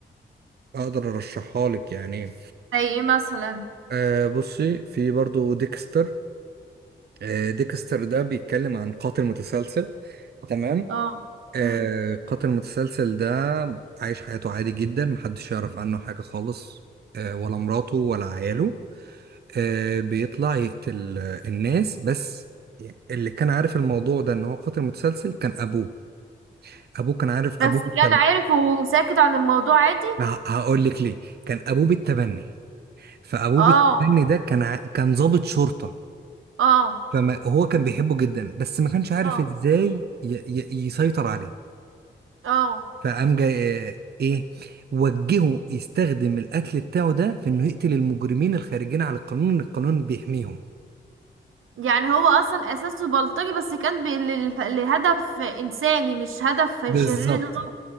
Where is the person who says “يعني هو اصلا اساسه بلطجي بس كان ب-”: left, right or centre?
Right